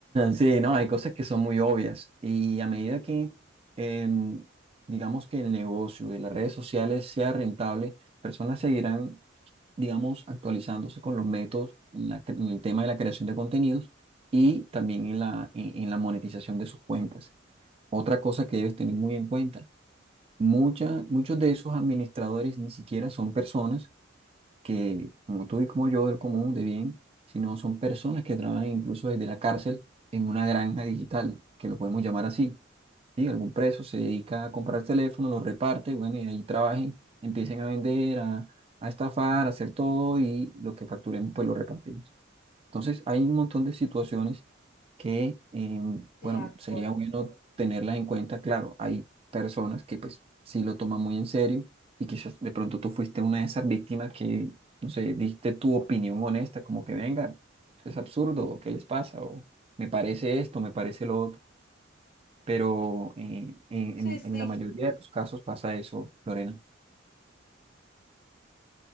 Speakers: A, on the right; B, on the left.
A: Sí, no, hay cosas que son muy obvias y a medida que, em, digamos que el negocio de las redes sociales sea rentable, personas seguirán digamos, actualizándose con los métodos en, la en el tema de la creación de contenidos y también en la, en, en la monetización de sus cuentas. Otra cosa que debes tener muy en cuenta, mucha, muchos de esos administradores ni siquiera son personas que, como tú y como yo, del común, de bien, sino son personas que trabajan incluso desde la cárcel en una granja digital, que lo podemos llamar así. ¿sí? Algún preso se dedica a comprar teléfonos, los reparte, bueno, y ahí trabajen, empiecen a vender, a, a estafar, a hacer todo y lo que facturen, pues lo repartimos. Entonces, hay un montón de situaciones que, eh,
B: De
A: bueno,
B: acuerdo.
A: sería bueno tenerlas en cuenta. Claro, hay personas que pues sí lo toman muy en serio y quizás de pronto tú fuiste una de esas víctimas que, no sé, diste tu opinión honesta, como que venga, eso es absurdo, o ¿qué les pasa? O me parece esto, me parece lo otro pero eh, en,
B: Sí,
A: en-
B: sí.
A: en la mayoría de los casos pasa eso, Lorena.